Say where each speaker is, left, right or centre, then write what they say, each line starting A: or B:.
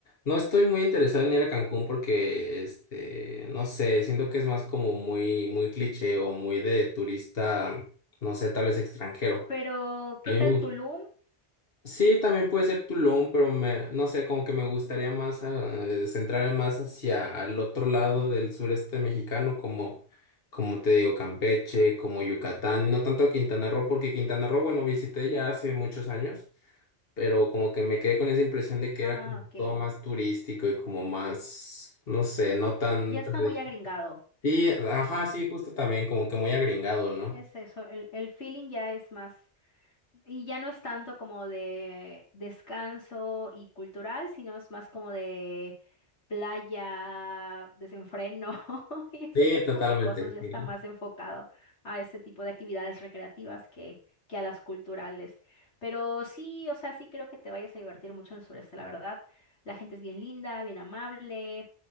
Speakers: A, on the left; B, on the left.
A: No estoy muy interesado en ir a Cancún porque, este, no sé, siento que es más como muy, muy cliché o muy de turista, no sé, tal vez extranjero.
B: Pero, ¿qué
A: A mí
B: tal
A: me, gust-
B: Tulum?
A: Sí, también puede ser Tulum, pero me, no sé, como que me gustaría más ah, eh, centrarme más hacia el otro lado del sureste mexicano, como, como te digo, Campeche, como Yucatán, y no tanto Quintana Roo, porque Quintana Roo, bueno, visité ya hace muchos años, pero como que me quedé con esa impresión de que
B: Ah,
A: era como
B: ok.
A: todo más turístico y como más, no sé, no tan...
B: Ya está
A: tradi-
B: muy agringado.
A: Sí, ajá, sí, justo también, como que muy agringado, ¿no?
B: Es eso, el, el feeling ya es más. Y ya no es tanto como de descanso y cultural, sino es más como de playa, desenfreno <laughs> y ese
A: Sí,
B: tipo
A: totalmente,
B: de cosas. Ya
A: sí.
B: está más enfocado a ese tipo de actividades recreativas que, que a las culturales. Pero sí, o sea, sí creo que te vayas a divertir mucho en el sureste, la verdad. La gente es bien linda, bien amable.